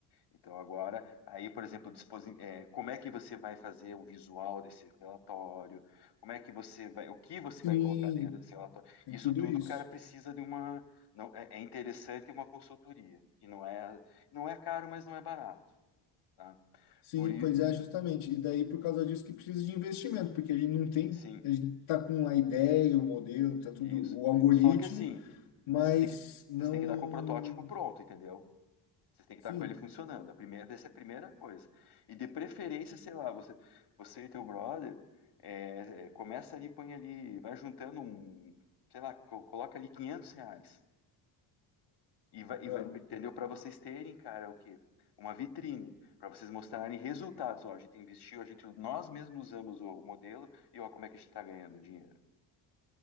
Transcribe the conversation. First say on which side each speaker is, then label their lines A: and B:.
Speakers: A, on the left; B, on the left.
A: Então, agora, aí, por exemplo, disposi- eh, como é que você vai fazer o visual desse relatório? Como é que você vai, o que você vai
B: sim
A: colocar dentro desse relatório?
B: tem
A: Isso
B: tudo
A: tudo,
B: isso
A: cara, precisa de uma, não, é, é interessante uma consultoria e não é, não é caro, mas não é barato, tá?
B: Sim,
A: Por i-
B: pois é, justamente. E daí, por causa disso, que precisa de investimento, porque a gente não tem,
A: sim,
B: a gente tá com a ideia, o modelo, tá tudo,
A: isso.
B: o algoritmo,
A: Só que assim,
B: mas
A: vocês têm que,
B: não.
A: vocês têm que dar com o protótipo pronto, entendeu? Vocês têm que
B: Sim,
A: estar com ele funcionando. A primeira, essa é a primeira coisa. E de preferência, sei lá, você, você e teu brother, é, é, começa ali, põe ali, vai juntando um, sei lá, co- coloca ali 500 reais. E vai, e
B: ah,
A: vai- entendeu? Para vocês terem, cara, o quê? Uma vitrine, para vocês mostrarem resultados. Ó, a gente investiu, a gente, nós mesmos usamos o, o modelo e ó, como é que a gente está ganhando dinheiro.